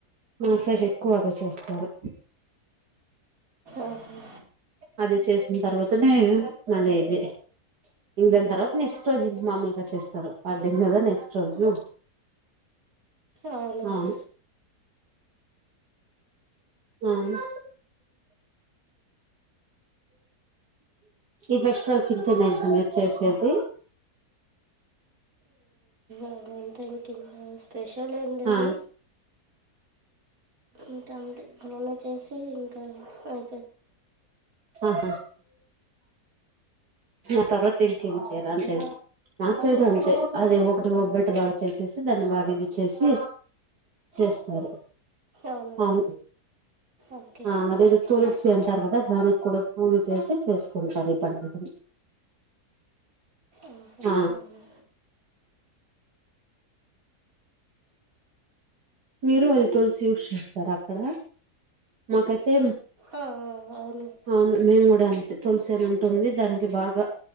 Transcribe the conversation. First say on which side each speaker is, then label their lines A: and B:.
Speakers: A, on the right; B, on the right.
A: మా సైడ్ ఎక్కువ అది చేస్తారు
B: ఆహా.
A: అదే చేసిన తర్వాత నే మళ ఇది ఇింగ్ దన్ తర్వాత నెక్స్ట్ రోజ్ ఇ మామూలుగా స్తారు పర్డం కదా నెక్స్ట్ రోజులు
B: అవును
A: ఆ
B: ఉమ్.
A: అవును ఈ ఫెస్టివల్ కి ఇంతేనా ఇంక మీరు చేసేది
B: అవును, అంతే ఇంకా స్పెషల్ ఏం లేదు
A: ఆ
B: ఇంక అంతే అలానే చేసి ఇంకా ఆ <inaudible>
A: ఆహా దాన్ తర్వ ఇంకేం చెయ్యరా అంతేనా నా సైడ్ అంతే అది ఒకటి ఒబ్బట్ బాగా చేసేసి దాన్ని బాగా ఇది చేసి చేస్తారు
B: అవునవును
A: అవును
B: ఓకే
A: ఆ అదేదో తులసి అంటారు కదా దానిక్కుడా పూజ చేసి చేసుకుంటారు ఈ పండుగను
B: ఆహా,
A: ఆ
B: అవును
A: మీరు అది తులసి యూస్ చేస్తారు అక్కడ మాకైతే
B: ఆ, ఆ, అవును
A: అవును మేంగూడ అంతే తులసి అని ఉంటుంది దానికి బాగా